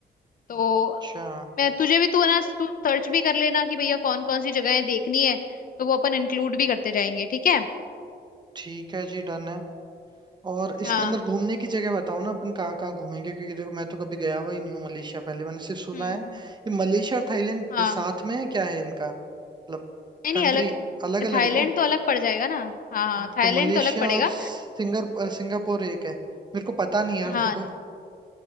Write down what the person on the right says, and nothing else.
अच्छा
ठीक है जी डन है और इसके
अंदर घूमने की जगह बताओ ना अपन कहाँ कहाँ घूमेंगे क्योंकि देखो मैं तो कभी गया हुआ ही नहीं हूँ मलेशिया पहले मैंने सिर्फ सुना
है ये
मलेशिया और थाईलैंड
साथ में है क्या है इनका मतलब
कंट्री
अलग अलग
है क्या
तो,
तो मलेशिया
और सिंगापुर सिंगापुर एक है मेरे को पता नहीं यार
देखो